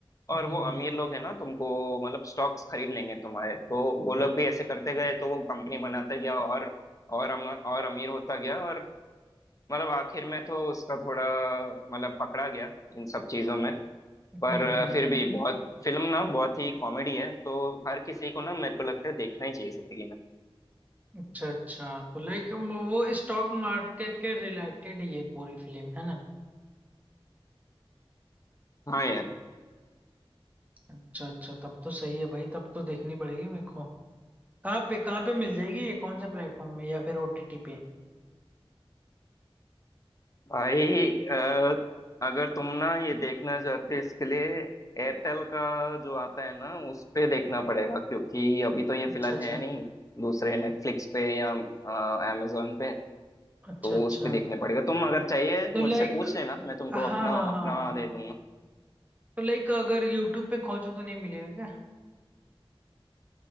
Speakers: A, on the left; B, on the right.
A: और
B: हम्म
A: वो
B: हम्म
A: अमीर लोग हैं ना तुमको मतलब स्टॉक्स खरीद लेंगे तुम्हारे तो वो लोग भी ऐसे करते गए तो वो कंपनी बनाता गया और और अम, और अमीर होता गया और मतलब आखिर में तो उसका थोड़ा मतलब पकड़ा गया इन सब चीजों में
B: हम्म,
A: पर
B: हम्म, हम्म,
A: फिर
B: हम्म।
A: भी बहुत फिल्म ना बहुत ही कॉमेडी है तो हर किसी को ना मेरे को लगता है देखना ही चाहिए जिंदगी में
B: अच्छा अच्छा तो लाइक वो स्टॉक मार्केट के रिलेटेड ये पूरी फिल्म है ना
A: हाँ यार
B: अच्छा अच्छा तब तो सही है भाई तब तो देखनी पड़ेगी मेरे को कहाँ पे कहाँ पे मिल जाएगी ये कौन से प्लेटफॉर्म में या फिर ओटीटी पे
A: भाई अ, अगर तुम ना ये देखना चाहते हो, इसके लिए एयरटेल का जो आता है ना उस पे देखना पड़ेगा क्योंकि अभी तो ये
B: अच्छा
A: फिलहाल
B: अच्छा
A: है नहीं दूसरे नेटफ्लिक्स पे या अमेजोन पे तो
B: अच्छा अच्छा
A: उस पे देखने पड़ेगा तुम अगर चाहिए
B: तो
A: मुझसे
B: लाइक
A: पूछ लेना मैं तुमको
B: हाँ
A: अपना
B: हाँ हाँ
A: अपना
B: हाँ
A: दे दूंगा
B: तो लाइक अगर यूट्यूब पे खोजो तो नहीं मिलेगा क्या